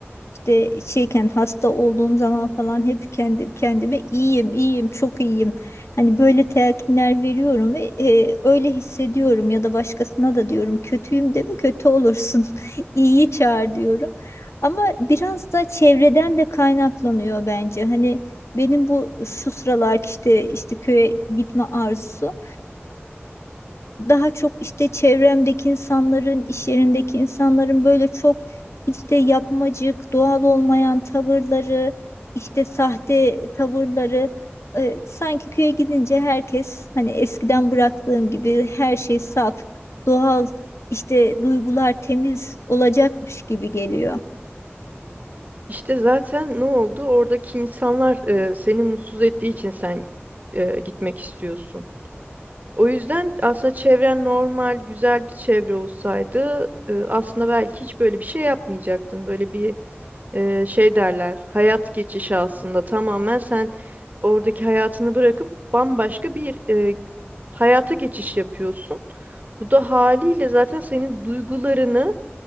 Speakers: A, on the left (about 85°); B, on the right (about 40°).
A: işte şeyken hasta olduğum zaman falan hep kendim kendime iyiyim, iyiyim, çok iyiyim. Hani böyle telkinler veriyorum ve e, öyle hissediyorum ya da başkasına da diyorum kötüyüm deme kötü olursun. <laughs> İyiyi çağır diyorum. Ama biraz da çevreden de kaynaklanıyor bence. Hani benim bu şu sıralar işte işte köye gitme arzusu daha çok işte çevremdeki insanların, iş yerindeki insanların böyle çok işte yapmacık, doğal olmayan tavırları, işte sahte tavırları e, sanki köye gidince herkes hani eskiden bıraktığım gibi her şey saf, doğal, işte duygular temiz olacakmış gibi geliyor.
B: İşte zaten ne oldu? Oradaki insanlar e, seni mutsuz ettiği için sen e, gitmek istiyorsun. O yüzden aslında çevren normal, güzel bir çevre olsaydı e, aslında belki hiç böyle bir şey yapmayacaktın. Böyle bir e, şey derler hayat geçişi aslında tamamen sen oradaki hayatını bırakıp bambaşka bir e, hayata geçiş yapıyorsun. Bu da haliyle zaten senin duygularını